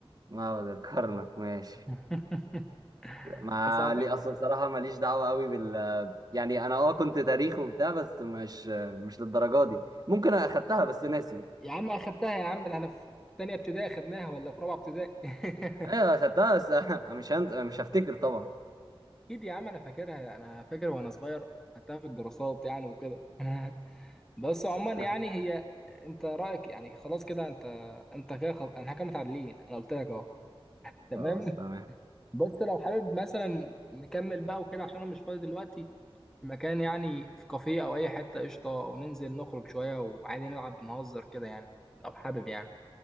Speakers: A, on the right (about 45°); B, in the centre.
A: معبد الكرنك ماشي
B: <laughs>
A: ما
B: بس أعتقد-
A: لي اصل صراحة ماليش دعوة قوي بال يعني انا اه كنت تاريخ وبتاع بس مش مش للدرجة دي ممكن اخدتها بس ناسي
B: يا عم اخدتها يا عم ده انا في تانية ابتدائي اخدناها ولا في رابعة ابتدائي <laughs>
A: ايوه صدقني بس <laughs> أنا مش هنز... مش هفتكر طبعا
B: اكيد يا عم انا فاكرها انا فاكر وانا صغير خدتها في الدراسات يعني وكده <laughs> بس عموما
A: <laughs>
B: يعني هي انت رايك يعني خلاص كده انت انت كده خلاص انا كده متعادلين انا قلت لك اهو تمام
A: خلاص تمام
B: بس لو حابب مثلا نكمل بقى وكده عشان انا مش فاضي دلوقتي في مكان يعني في كافيه او اي حته قشطه وننزل نخرج شويه وعادي نلعب نهزر كده يعني لو حابب يعني